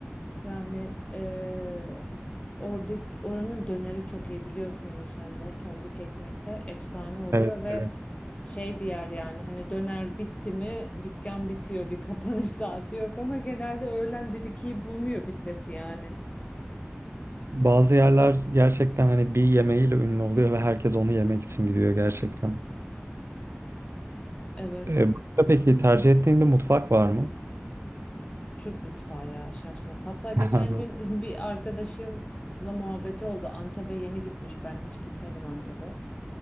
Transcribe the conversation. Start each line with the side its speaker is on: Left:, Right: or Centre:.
Left: Yani eee oradaki oranın döneri çok iyi biliyorsundur sen de. Tombik ekmekte efsane oluyor
Right: Evet,
Left: ve
Right: evet.
Left: şey bir yer yani hani döner bitti mi dükkan bitiyor bir kapanış <laughs> saati yok ama genelde öğlen bir ikiyi bulmuyor bitmesi yani.
Right: Bazı yerler gerçekten hani bir yemeğiyle ünlü oluyor ve herkes onu yemek için giriyor gerçekten.
Left: Evet,
Right: Ee, başka peki tercih ettiğin bir mutfak var mı?
Left: Türk mutfağı ya şaşmaz. Hatta geçen
Right: <laughs>
Left: gün <laughs> bir arkadaşımla muhabbeti oldu. Antep'e yeni gitmiş. Ben hiç gitmedim Antep'e.